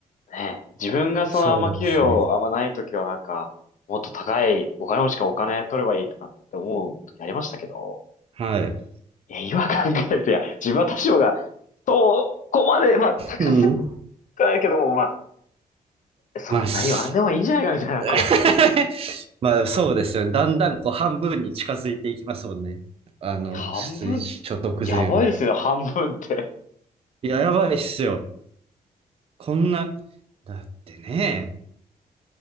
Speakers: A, on the left; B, on the right.
A: ね、自分がそのあんま給料あんまない時はなんか、
B: そうですね。
A: もっと高いお金持ちからお金取ればいいとかって思う時ありましたけど、
B: はい。
A: いや、今考えると、いや、自分は多少が、そこまで、まあ、高すぎはないけども、
B: う、うん。
A: まあ、そんな言わんでもいいんじゃないかみたいな、
B: まあ、す
A: こう、
B: <laughs> まあそうですよね。だんだんこう半分に近づいていきますもんね。あの、
A: 半分、
B: 出所得税も。
A: やばいですよ、半分って。
B: いや、やばいっすよ。こんな、だってね、